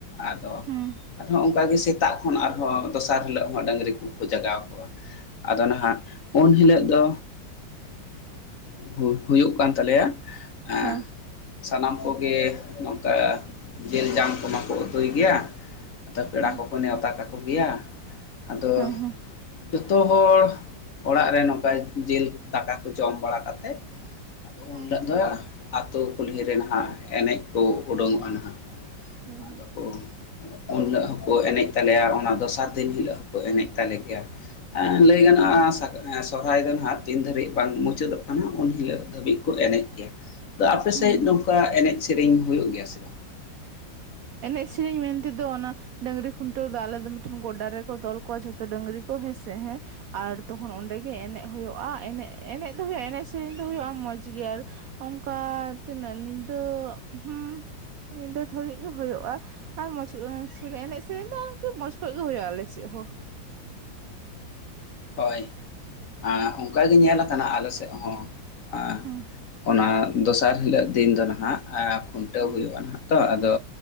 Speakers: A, on the left; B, on the right.
A: ᱟᱫᱚ
B: ᱦᱮᱸ
A: ᱟᱨᱦᱚᱸ ᱚᱱᱠᱟᱟᱜ ᱜᱮ ᱥᱮᱛᱟᱜ ᱠᱷᱚᱱ ᱟᱨᱦᱚᱸ ᱫᱚᱥᱟᱨ ᱦᱤᱞᱳᱜ ᱦᱚᱸ ᱰᱟᱹᱝᱨᱤ ᱠᱚᱠᱚ ᱡᱟᱜᱟᱣ ᱠᱚᱣᱟ ᱟᱫᱚ ᱱᱟᱦᱟᱜ ᱩᱱ ᱦᱤᱞᱳᱜ ᱫᱚ ᱦᱩ ᱦᱩᱭᱩᱜ ᱠᱟᱱ ᱛᱟᱞᱮᱭᱟ ᱮᱸ
B: ᱦᱮᱸ
A: ᱥᱟᱱᱟᱢ ᱠᱚᱜᱮ ᱱᱚᱝᱠᱟ ᱡᱮᱞ ᱡᱟᱝ ᱠᱚᱢᱟᱠᱚ ᱩᱛᱩᱭ ᱜᱮᱭᱟ, ᱟᱫᱚ ᱯᱮᱲᱟ
B: ᱦᱮᱸ
A: ᱠᱚᱠᱚ ᱱᱮᱣᱛᱟ ᱠᱟᱠᱚ ᱜᱮᱭᱟ ᱟᱫᱚ
B: ᱦᱮᱸ
A: ᱡᱚᱛᱚ ᱦᱚᱲ ᱚᱲᱟᱜ ᱨᱮ ᱱᱚᱝᱠᱟ ᱡᱮᱞ ᱫᱟᱠᱟ ᱠᱚ ᱡᱚᱢ ᱵᱟᱲᱟ ᱠᱟᱛᱮ <unintelligible>
B: ᱦᱮᱸ
A: ᱟᱛᱳ ᱠᱩᱞᱦᱤᱨᱮ ᱱᱟᱦᱟᱜ ᱮᱱᱮᱡ ᱠᱚ ᱩᱰᱩᱠᱚᱜᱼᱟ ᱱᱟᱦᱟᱜ
B: ᱦᱩᱸ ᱦᱩᱸ
A: <inaudible> ᱩᱱ ᱦᱤᱞᱳᱜ ᱦᱚᱸᱠᱚ ᱮᱱᱮᱡ ᱛᱟᱞᱮᱭᱟ ᱚᱱᱟ ᱫᱚᱥᱟᱨ ᱫᱤᱱ ᱦᱤᱞᱳᱜ ᱦᱚᱸᱠᱚ ᱮᱱᱮᱡ ᱛᱟᱞᱮ ᱜᱮᱭᱟ ᱦ ᱞᱟᱹᱭ ᱜᱟᱱᱚᱜᱼᱟ
B: ᱦᱮᱸ
A: ᱥᱟ᱾ ᱥᱚᱨᱦᱟᱭ ᱫᱚ ᱱᱷᱟᱜ ᱛᱤᱱ ᱫᱷᱵᱤᱡ ᱵᱟᱝ ᱢᱩᱪᱟᱹᱫᱚᱜ ᱠᱟᱱᱟ ᱩᱱ ᱦᱤᱞᱳᱜ ᱫᱷᱟᱹᱵᱤᱡ ᱠᱚ ᱮᱱᱮᱡ ᱜᱮᱭᱟ, ᱟᱯᱮᱥᱮᱫ
B: ᱦᱮᱸ
A: ᱱᱚᱝᱠᱟ ᱮᱱᱮᱡ ᱥᱮᱨᱮᱧ ᱦᱩᱭᱩᱜ ᱜᱮᱭᱟ ᱥᱮ ᱵᱟᱝ? ‌
B: ᱮᱱᱮᱡ ᱥᱮᱨᱮᱧ ᱢᱮᱱᱛᱮᱫᱚ ᱚᱱᱟ ᱰᱟᱹᱝᱨᱤ ᱠᱷᱩᱱᱴᱟᱹᱣ ᱫᱚ ᱟᱞᱮ ᱫᱚ ᱢᱤᱫᱴᱮᱱ ᱜᱚᱰᱟ ᱨᱮᱠᱚ ᱛᱚᱞ ᱠᱚᱣᱟ ᱡᱷᱚᱛᱚ ᱰᱟᱹᱝᱨᱤ ᱠᱚ ᱦᱮᱸᱥᱮ ᱦᱮᱸ ᱟᱨ ᱛᱚᱠᱷᱚᱱ ᱚᱸᱰᱮᱜᱮ ᱮᱱᱮᱡ ᱦᱩᱭᱩᱜᱼᱟ ᱮᱱᱮᱡ ᱮᱱᱮᱡ ᱫᱚ ᱦᱩᱭᱩᱜᱼᱟ ᱮᱱᱮᱡ ᱥᱮᱨᱮᱧ ᱫᱚ ᱦᱩᱭᱩᱜᱼᱟ ᱢᱚᱡᱽ ᱜᱮ ᱚᱱᱠᱟ ᱛᱤᱱᱟᱹᱜ ᱱᱤᱫᱟ. ᱦᱩᱸ ᱛᱷᱟ. ᱨᱤᱡ ᱜᱮ ᱦᱳᱭᱳᱜ ᱟᱨ ᱢᱚᱪ ᱮᱱᱮᱡ ᱥᱮᱨᱮᱧ ᱫᱚ ᱢᱚᱡᱠᱚᱡ ᱜᱮ ᱦᱩᱭᱩᱜᱼᱟ ᱟᱞᱮᱥᱮᱫ ᱦᱚᱸ,
A: ᱦᱳᱭ ᱚᱱᱠᱟᱜ ᱜᱮ ᱧᱮᱞ ᱠᱟᱱᱟ ᱟᱞᱮ ᱥᱮᱫ ᱦᱚᱸ ᱮ
B: ᱦᱩᱸ
A: ᱚᱱᱟ ᱫᱚᱥᱟᱨ ᱦᱤᱞᱳᱜ ᱫᱤᱱ ᱫᱚ ᱱᱟᱦᱟᱜ ᱮ ᱠᱷᱩᱱᱴᱟᱹᱣ
B: ᱦᱩᱸ
A: ᱦᱩᱭᱩᱜᱼᱟ ᱱᱟᱦᱟᱜ ᱛᱚ ᱟᱫᱚ